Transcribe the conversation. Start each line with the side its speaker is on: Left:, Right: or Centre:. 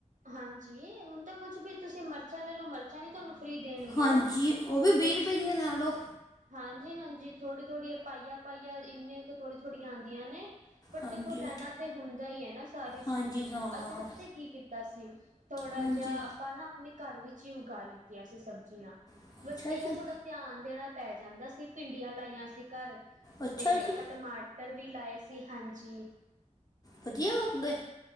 Right: ਹਾਂਜੀ, ਹੁਣ ਤਾਂ ਕੁੱਝ ਵੀ ਤੁਸੀਂ ਮਿਰਚਾਂ ਲੈ ਲਓ ਮਿਰਚਾਂ ਨੀ ਤੁਹਾਨੂੰ ਫ੍ਰੀ ਦੇਣਗੇ
Left: ਹਾਂਜੀ
Right: ਉਹ
Left: ਉਹ ਵੀ
Right: ਕੁਛ
Left: ਰੁਪਏ ਦੀਆਂ ਲੈ ਲਓ
Right: ਹਾਂਜੀ, ਹਾਂਜੀ ਥੋੜ੍ਹੀ ਥੋੜ੍ਹੀਆਂ ਪਾਈਆਂ ਪਾਈਆਂ ਇੰਨੀਆਂ ਕੁ ਥੋੜੀ ਥੋੜੀਆਂ ਆਉਂਦੀਆਂ ਨੇ ਬਟ
Left: ਹਾਂਜੀ
Right: ਦੇਖੋ ਲੈਣਾ ਤੇ ਹੁੰਦਾ ਹੀ ਹੈ ਨਾ ਸਾਰੀ
Left: ਹਾਂਜੀ
Right: ਚੀਜ਼
Left: ਹਾਂ
Right: ਅਸੀਂ ਤਾਂ ਪਤਾ ਕੀ ਕੀਤਾ। ਸੀ ਥੋੜਾ
Left: ਹਾਂਜੀ
Right: ਜਿਹਾ ਆਪਾਂ ਨਾ ਆਪਣੇ ਘਰ ਵਿੱਚ ਹੀ ਉਗਾ ਲਿੱਤੀਆਂ ਸੀ ਸਬਜ਼ੀਆਂ।
Left: ਅੱਛਾ
Right: ਬਸ ਇਹ
Left: ਜੀ
Right: ਆ ਥੋੜ੍ਹਾ ਧਿਆਨ ਦੇਣਾ ਪੈ ਜਾਂਦਾ ਸੀ। ਭਿੰਡੀਆਂ ਲਾਈਆਂ ਸੀ ਘਰ
Left: ਅੱਛਾ
Right: ਤੇ ਆਪਾਂ
Left: ਜੀ
Right: ਟਮਾਟਰ ਵੀ ਲਾਏ ਸੀ ਹਾਂਜੀ।
Left: ਵਧੀਆ ੳਗ ਗਏ।